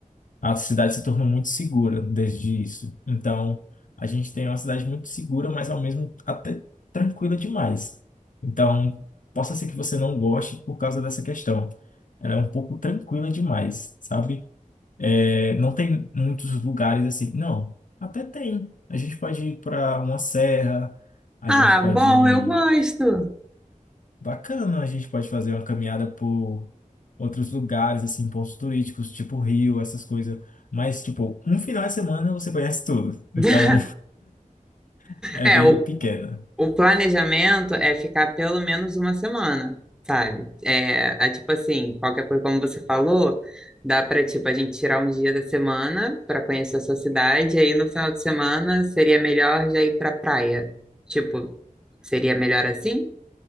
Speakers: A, on the left; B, in the centre.
A: a cidade se tornou muito segura desde isso. Então, a gente tem uma cidade muito segura, mas ao mesmo até tranquila demais. Então, possa ser que você não goste por causa dessa questão. Ela é um pouco tranquila demais, sabe? É, não tem muitos lugares assim. Não, até tem. A gente pode ir para uma serra, a
B: Ah,
A: gente pode
B: bom,
A: ir
B: eu gosto.
A: Bacana, a gente pode fazer uma caminhada por outros lugares, assim, pontos turísticos, tipo Rio, essas coisas. Mas, tipo, um final de semana você conhece tudo.
B: <laughs>
A: Então, <laughs> é
B: É,
A: bem
B: o,
A: pequena.
B: o planejamento é ficar pelo menos uma semana, sabe? É, é tipo assim, qualquer coisa, como você falou, dá para tipo, a gente tirar um dia da semana para conhecer a sua cidade, e aí no final de semana seria melhor já ir pra praia. Tipo, seria melhor assim?